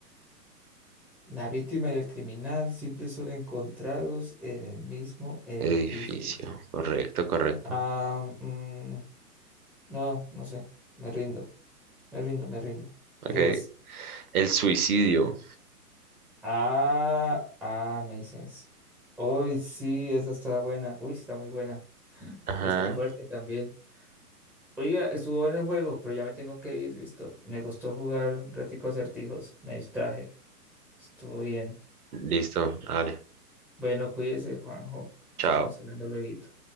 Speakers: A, in the centre; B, on the right.
A: La víctima y el criminal siempre son encontrados en el mismo edificio.
B: Edificio, correcto, correcto.
A: Ah, mm, no, no sé. Me rindo, me rindo, me rindo.
B: Ok.
A: ¿Qué es?
B: El suicidio.
A: Ah, ah, Masons. Uy, sí, esa está buena. Uy, está muy buena.
B: Ajá.
A: Y está fuerte también. Oiga, estuvo en el juego, pero ya me tengo que ir, listo. Me gustó jugar un ratico acertijos, me distraje. Estuvo bien.
B: Listo, vale.
A: Bueno, cuídese, Juanjo.
B: Chao.
A: Estamos hablando luego.